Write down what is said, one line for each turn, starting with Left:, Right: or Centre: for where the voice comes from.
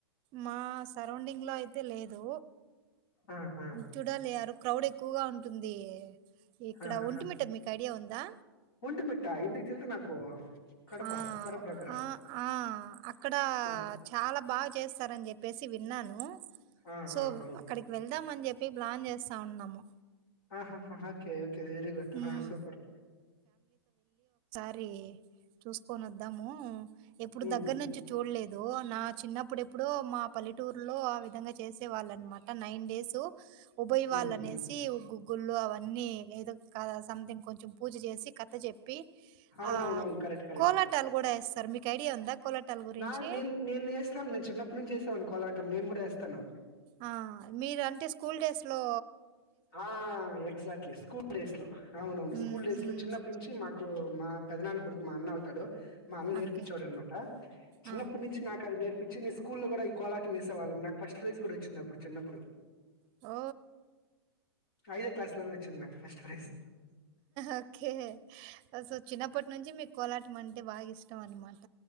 Right: మా సరౌండింగ్ లో అయితే లేదు
Left: ఆ ఆ
Right: చూడాలి ఎరు క్రౌడ్ ఎక్కువగా ఉంటుంది ఇక్కడ
Left: ఆహాహ
Right: ఒంటిమిట్ట మీకు ఐడియా ఉందా
Left: ఒంటిమిట్ట ఎందుకు తెల్వదు నాకు కడప
Right: ఆ
Left: కడప దగ్గర
Right: ఆ ఆ అక్కడ
Left: ఆ
Right: చాలా బా చేస్తారని చెప్పేసి విన్నాను
Left: ఆ
Right: సో
Left: ఆ అవును
Right: అక్కడికి వెళ్దామని చెప్పి ప్లాన్ చేస్తా ఉన్నాము
Left: ఆహహ ఓకే ఓకే వెరి గుడ్
Right: హ్మ్.
Left: ఆ సూపర్
Right: మరి చూసుకొని వద్దాము ఎప్పుడు
Left: ఉమ్
Right: దగ్గర నుంచి చూడలేదు నా చిన్నప్పుడెప్పుడో మా పల్లెటూరులో ఆ విధంగా చేసి డే వాళ్ళనమాట నైన్ డేస్, ఉబయవాళ్ళు
Left: ఉమ్
Right: అనేసి
Left: ఉమ్
Right: గు గుళ్ళు అవన్నీ ఏదో కాదై సంథింగ్ కొంచెం పూజ చేసి కథ చెప్పి,
Left: అవునవునవును
Right: ఆ
Left: కరెక్ట్ కరెక్ట్
Right: కోలాటాలు కూడా వేస్తార్ మీకు ఐడియా ఉందా కోలాటాల గురించి?
Left: నా నేను నేను వేస్తాను నేను చిన్నప్పటి నుంచి వేసేవాన్ని కోలాటం నేను కూడా వేస్తాను
Right: ఆ మీరు అంటే స్కూల్ డేస్ లో
Left: ఆ ఎగ్జాక్ట్లీ స్కూల్ డేస్ లో అవునవును
Right: హ్మ్.
Left: స్కూల్ డేస్
Right: హ్మ్.
Left: లో చిన్నప్పనుంచి మాకు మా పెదనాన్న కొడుకు మా అన్న అవుతాడు, మా అన్న నేర్పిచ్చేవాడు
Right: ఓకే.
Left: అనమాట. చిన్నప్పటి
Right: ఆ!
Left: నుంచి నాకది నేర్పిచ్చి నే స్కూలో కూడా ఈ కోలాటం వేసేవాళ్ళం, నాకు ఫస్ట్ ప్రైజ్ కూడా వచ్చింది అప్పుడు చిన్నప్పుడు
Right: ఓ
Left: ఐదో క్లాస్ లోనే వచ్చింది నాకు ఫస్ట్ ప్రైస్
Right: ఓకే సో చిన్నప్పటి నుంచి మీకు కోలాటం అంటే బాగా ఇష్టం అనమాట